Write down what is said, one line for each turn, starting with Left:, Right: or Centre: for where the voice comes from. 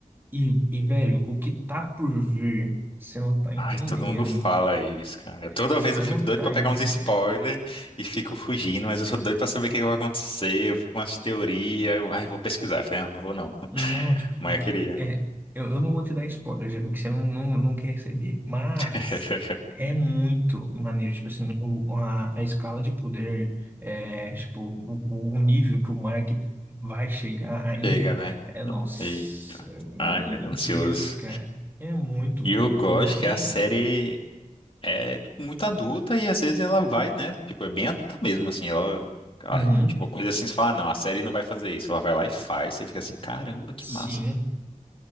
Right: e, e, velho, o que tá por vir, você não tá entendendo.
Left: Ai, todo mundo fala isso, cara. Toda
Right: Você
Left: vez eu
Right: não
Left: fico doido
Right: tá
Left: pra pegar
Right: entendendo.
Left: uns spoilers e fico fugindo, mas eu sou doido pra saber o que que vai acontecer. Eu fico com umas teorias, eu, ai, vou pesquisar. Eu falei, ah, não vou não.
Right: Não,
Left: <laughs>
Right: tipo,
Left: Mas
Right: porque
Left: eu queria.
Right: é, eu, eu não vou te dar spoiler, já vi que você não, não, não quer receber. Mas
Left: <laughs>
Right: é muito maneiro, tipo assim, o, a, a escala de poder, é, tipo, o, o nível que o Mark vai chegar ainda.
Left: Chega, né?
Right: É, nossa,
Left: E,
Right: meu
Left: ai, meu Deus,
Right: Deus,
Left: ansioso.
Right: cara. É muito
Left: E
Right: bom,
Left: eu gosto
Right: muito
Left: que
Right: bom.
Left: é a série. É, tipo, muito adulta e às vezes ela vai, né? Tipo, é bem adulta mesmo, assim, ela, a-
Right: Uhum,
Left: tipo, coisa assim, você fala, "Ah, não, a série não vai fazer isso. Ela vai lá e faz, você fica assim, caramba, que
Right: sim.
Left: massa.